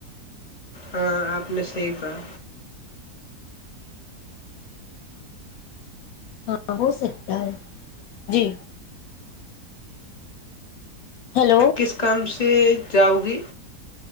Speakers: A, on the left; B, on the left.
A: ہاں آپ نے صحیح کہا
B: ہاں ہو سکتا ہے جی ہیلو
A: پ کس کم <unintelligible> کہ جاؤ گی